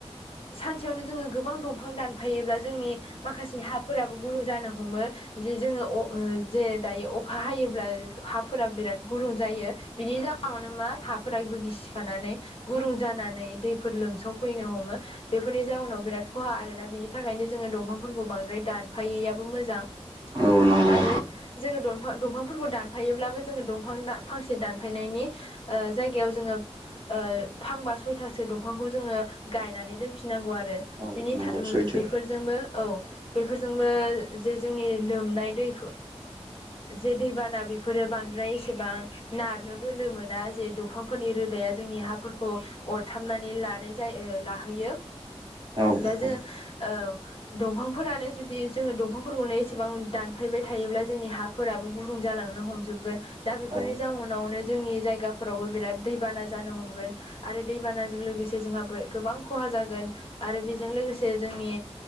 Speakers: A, on the left; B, on the right.
A: सानसेयावनो जोङो गोबां दंफां दानफायोब्ला जोंनि माखासे हाफोराबो गुरुं जानो हमो जे जोङो अ जे दायो अखा हायोब्ला हाफोरा बिराद गुरुं जायो बिनि जा <unintelligible> मा हाफोरबो गिसिखानानै गुरुं जानानै दैफोर लोमसावफैनो हमो बेफोरनि जाउनाव बिराद खहा आरोना बिनि थाखायनो जोङो दंफांफोरखौ बांद्राय दानफायैआबो मोजां
B: औ नंगौ
A: आरो जोङो दफां दंफांफोरखौ दानफायोब्लाबो जोङो दंफां फांसे दानफायनायनि आ जायगायाव जोङो आ फांबा सयथासो दंफांखौ जोङो गायनानै दोनफिननांगौ आरो
B: औ
A: बिनि
B: नंगौ
A: था
B: सैथो
A: बेफोर जोंबो औ बेफोरजोंबो जे जोंनि लोमनाय दै जे दैबाना बेफोरो बांद्राय एसेबां नारनो बोलो मोना जे दंफांफोरनि रोदाया जोंनि हाफोरखौ अरथामनानै लानाय जायो लाहैयो
B: औ
A: दा जों
B: औ
A: औ दंफांफोरानो जुदि जोङो दंफांफोरखौनो एसेबां दानफायबाय थायोब्ला जोंनि हा फोराबो गुुरुं जालांनो हमजोबगोन दा बेफोरनि
B: औ
A: जाउनावनो जोंनि जायगा फोरावबो बिराद दैबाना जानो हमगोन आरो दैबानाजों लोगोसे जोंहा गोबां खहा जागोन आरो बेजों लोगोसे जोंनि